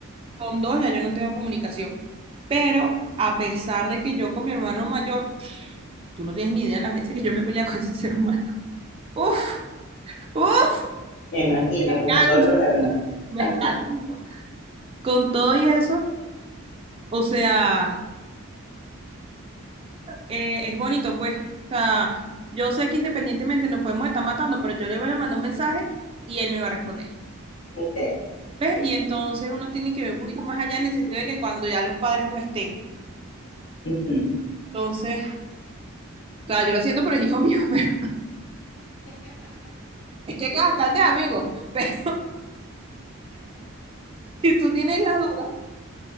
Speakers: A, on the right; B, on the left.
A: con dos ya yo no tengo comunicación. Pero a pesar de que yo con mi hermano mayor, tú no tienes ni idea de las veces que yo me he peleado con ese <laughs> ser humano. Uf, uf,
B: Me imagino,
A: me
B: como
A: canso,
B: todos los hermanos.
A: me
B: Ajá,
A: canso. Con todo y eso, o sea, eh, es bonito, pues. O sea, yo sé que independientemente nos podemos estar matando, pero yo le voy a mandar un mensaje y él me va a responder.
B: okay.
A: ¿Ves? Y entonces uno tiene que ver un poquito más allá en el sentido de que cuando ya los padres no estén.
B: Ujú.
A: Entonces, o sea, yo lo siento por el hijo <laughs> mío, pero este es bastante amigo. <laughs> Pero Si tú tienes la duda,